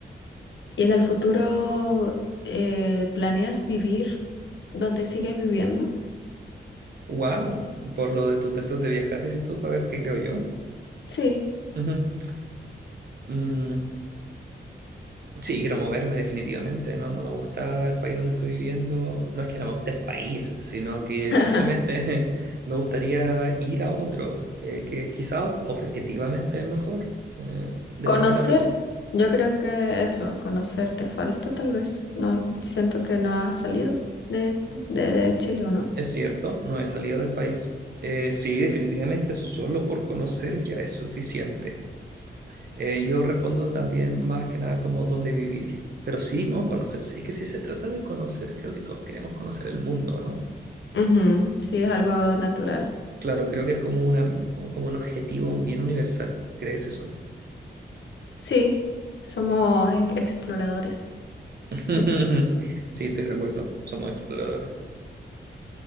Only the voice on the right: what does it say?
Wow, por lo de tus deseos de viajar, dices tú, para ver qué creo yo.
Ujú. Mm, Sí, quiero moverme definitivamente, ¿no? No me gusta el país donde estoy viviendo. No es que no me guste el país, sino que
simplemente <laughs> me gustaría ir a otro, eh, que quizás objetivamente es mejor. eh, depende
de la persona.
Es cierto, no he salido del país. Eh, sí, definitivamente solo por conocer ya es suficiente. Eh, yo respondo también más que nada como dónde vivir. Pero sí, ¿no? Conocer. Es que si se trata de conocer, creo que todos queremos conocer el mundo, ¿no?
Claro, creo que es como una, o como un objetivo bien universal. ¿Crees eso?
<laughs>
Sí, estoy de acuerdo. Somos exploradores.